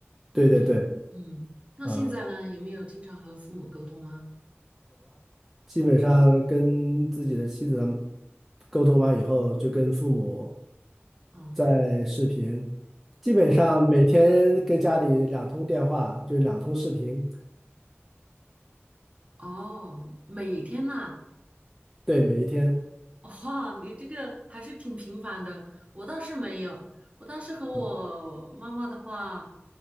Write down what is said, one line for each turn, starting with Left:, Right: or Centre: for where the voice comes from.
Centre: 对对对，
Right: 是这样。嗯，那现在呢，
Centre: 啊，
Right: 有没有经常和父母沟通啊？
Centre: 基本上跟自己的妻子他们
Right: 嗯，
Centre: 沟通完以后，就跟父母
Right: 哦，
Centre: 在视频，基本上每天跟家里两通电话，
Right: 哦，
Centre: 就是两通视频，
Right: 哦，每天呐，
Centre: 对，每一天。
Right: 哇，你这个还是挺频繁的。我倒是没有，我倒是和我妈妈的话，
Centre: 嗯